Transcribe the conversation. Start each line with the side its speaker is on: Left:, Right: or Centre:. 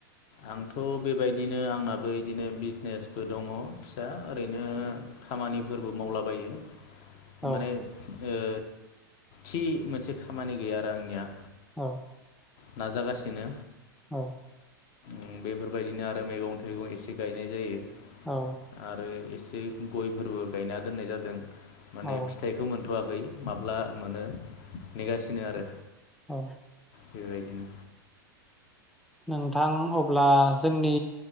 Left: आंथ' बेबायदिनो आंनाबो इदिनो बिजनेसबो दङ फिसा ओरैनो खामानिफोरबो मावलाबायो
Centre: औ
Left: माने ओ थि मोनसे खामानि गैया आरो आंनिया
Centre: अ
Left: नाजागासिनो
Centre: औ
Left: ओम बेफोरबायदिनो आरो मैगं थाइगं एसे गायनाय जायो
Centre: औ
Left: आरो इस बे गयफोरबो गायना दोननाय जादों माने
Centre: औ
Left: फिथाइखौ मोनथ'वाखै माब्ला मोनो नेगासिनो आरो
Centre: अ
Left: बेबायदिनो
Centre: नोंथां अब्ला जोंनि